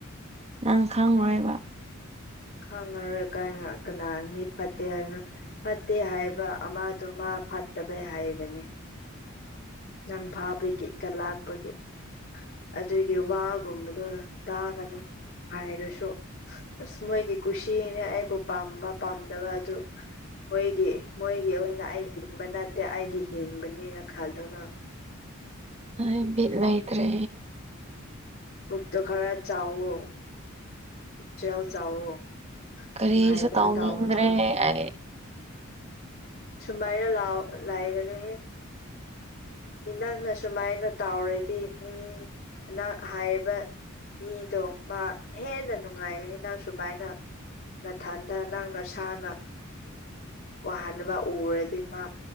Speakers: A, on the right; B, on the left.
A: ꯅꯪ ꯈꯪꯔ‌ꯣꯏꯕ
B: ꯈꯪꯉꯔꯣꯏ ꯀꯥꯏꯅ ꯀꯅꯥ ꯃꯤ ꯐꯠꯇꯦ ꯍꯥꯏꯕ ꯐꯠꯇꯦ ꯍꯥꯏꯕ ꯑꯃꯗꯨ ꯃꯥ ꯐꯠꯇꯕꯩ ꯍꯥꯏꯕꯅꯦ ꯅꯪ ꯐꯥꯕꯒꯤ ꯀꯜꯂꯥꯛꯄꯒꯤ ꯑꯗꯨꯒꯤ ꯋꯥꯒꯨꯝꯕꯗꯣ ꯇꯥꯒꯅꯨ ꯍꯥꯏꯔꯁꯨ ꯑꯁ ꯃꯣꯏꯒꯤ ꯀꯨꯁꯤꯅꯤ ꯑꯩꯕꯨ ꯄꯥꯝꯕ ꯄꯥꯝꯗꯕ ꯑꯗꯨ ꯃꯣꯏꯒꯤ ꯃꯣꯏꯒꯤ ꯑꯣꯏꯅ ꯑꯩ ꯍꯤꯡꯕ ꯅꯠꯇꯦ ꯑꯩꯒꯤ ꯍꯤꯡꯕꯅꯦꯅ ꯈꯜꯂꯨ ꯅꯪ
A: ꯑ ꯕꯤꯠ ꯂꯩꯇꯔꯦ
B: ꯄꯨꯛꯇ‌ꯣ ꯈꯔ ꯆꯥꯎꯑꯣ ꯄꯨꯛꯆꯦꯜ ꯆꯥꯎꯑꯣ
A: ꯀꯔꯤꯁꯨ
B: ꯅꯨꯡꯉꯥꯏꯗꯕ
A: ꯇꯧꯅꯤꯡꯗ꯭ꯔꯦ
B: ꯇꯥꯑꯣꯅꯣ
A: ꯑꯩ
B: ꯁꯨꯃꯥꯏꯅ ꯂꯥꯎ ꯂꯥꯏꯒꯅꯨꯍꯦ ꯃꯤ ꯅꯪꯅ ꯁꯨꯃꯥꯏꯅ ꯇꯧꯔꯗꯤ ꯃꯤ ꯑ ꯍꯥꯏꯥꯏꯕ ꯃꯤꯗꯣ ꯃꯥ ꯍꯦꯟꯅ ꯅꯨꯡꯉꯥꯏꯒꯅꯤ ꯅꯪ ꯁꯨꯃꯥꯏꯅ ꯅꯊꯟꯊ ꯅꯪ ꯅꯁꯥꯅ ꯋꯥꯍꯟꯕ ꯎꯔꯗꯤ ꯃꯥ